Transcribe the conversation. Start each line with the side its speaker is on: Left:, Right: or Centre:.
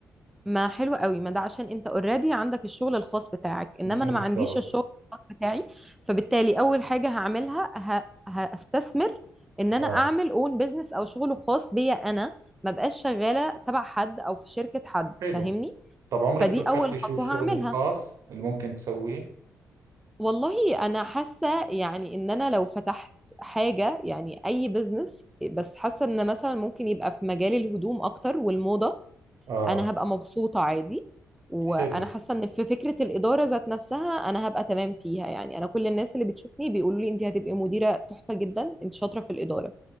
Centre: ما حلو قوي ما ده عشان انت اوريدي عندك الشغل الخاص بتاعك انما
Right: بالضبط
Centre: انا ما عنديش الشغل الخاص بتاعي فبالتالي اول حاجه هعملها ه... هستثمر ان انا
Right: آه
Centre: اعمل اون بيزنس او شغل خاص بيا انا ما بقاش شغاله تبع حد او في شركه حد
Right: حلو
Centre: فاهمني
Right: طب عمرك
Centre: فدي
Right: فكرتي
Centre: اول خطوه
Right: شو الشغل
Centre: هعملها
Right: الخاص اللي ممكن تسويه؟
Centre: والله انا حاسه يعني ان انا لو فتحت حاجه يعني اي بيزنس بس حاسه ان مثلا ممكن يبقى في مجال الهدوم اكتر والموضه
Right: آه
Centre: انا هبقى مبسوطة عادي وانا
Right: حلو
Centre: حاسة ان في فكرة الإدارة ذات نفسها انا هبقى تمام فيها يعني انا كل الناس اللي بتشوفني بيقولوا لي انت هتبقي مديرة تحفة جدا انت شاطرة في الإدارة